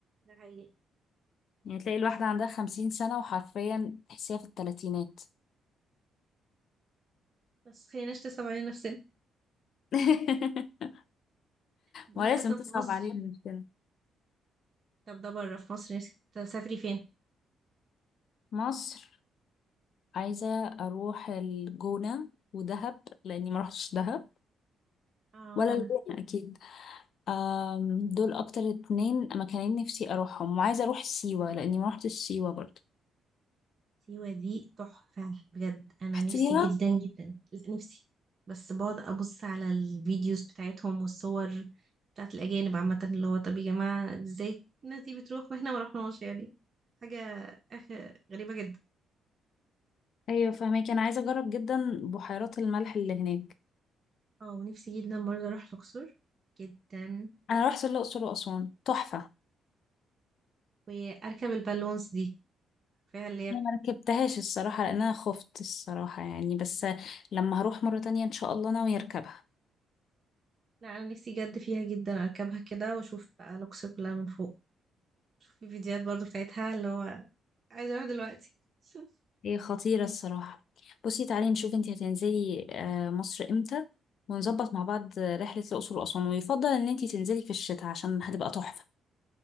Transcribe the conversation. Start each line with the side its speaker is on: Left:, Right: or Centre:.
Right: ده حقيقي
Left: يعني تلاقي الواحدة عندها خمسين سنة وحرفيا تحسيها في التلاتينات
Right: بس خليناش نصعب علينا نفسنا
Left: <laughs>
Right: بقيني
Left: ما لازم
Right: اصلا
Left: تصعب
Right: في مصر
Left: علينا <laughs> نفسنا
Right: طب ده بره في مصر نفسك تسافري فين
Left: مصر عايزة أروح الجونة ودهب لأني ما روحتش دهب
Right: اه
Left: ولا
Right: لا
Left: الجونة أكيد أم، دول أكتر اتنين مكانين نفسي أروحهم وعايزة أروح سيوة لأني ما روحتش سيوة برضه
Right: سيوة دي تحفة بجد أنا
Left: رحتيها؟
Right: نفسي جدا جدا لا نفسي بس بقعد أبص على الفيديوز بتاعتهم والصور بتاعت الأجانب عامة اللي هو طب يا جماعة ازاي الناس دي بتروح <laughs> واحنا ما رحناش يعني حاجة أخ غريبة جدا
Left: أيوة فهماكي أنا عايزة أجرب جدا بحيرات الملح اللي هناك
Right: اه ونفسي جدا برضه أروح الأقصر جدا
Left: أنا رحت الأقصر وأسوان تحفة
Right: وأركب البالونس دي فيها اللي هي
Left: أنا ما ركبتهاش الصراحة لأن أنا خفت الصراحة يعني بس لما هروح مرة تانية إن شاء الله ناوية أركبها
Right: لا أنا نفسي جد فيها جدا أركبها كده وأشوف بقى الأقصر كلها من فوق في فيديوهات برضه بتاعتها اللي هو عايزة أروح دلوقتي <laughs>
Left: هي خطيرة الصراحة بصي تعالي نشوف انتي هتنزلي آه، مصر امتى ونظبط مع بعض آه، رحلة الأقصر وأسوان ويفضل ان انتي تنزلي في الشتاء عشان هتبقى تحفة